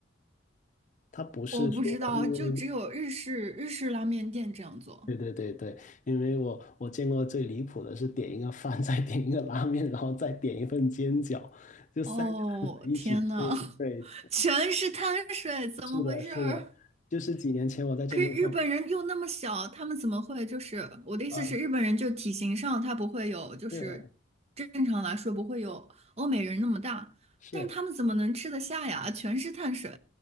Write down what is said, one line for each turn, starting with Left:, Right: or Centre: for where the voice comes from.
Left: 它不是说因为，
Right: 我不知道，就只有日式日式拉面店这样做。
Left: 对对对对，因为我我见过最离谱的是点一个饭，<laughs> 再点一个拉面，然后再点一份煎饺，就三个汉堡一起吃。
Right: 哦，天呐，
Left: 对，
Right: <laughs> 全是碳水，怎么回事儿？
Left: 是的，是的，就是几年前我在这边上，
Right: 可是日本人又那么小，他们怎么会就是我的意思是，
Left: 啊，
Right: 日本人就体型上他不会有，就是正常来说不会有欧美人那么大，
Left: 是是，
Right: 但是他们怎么能吃得下呀？全是碳水。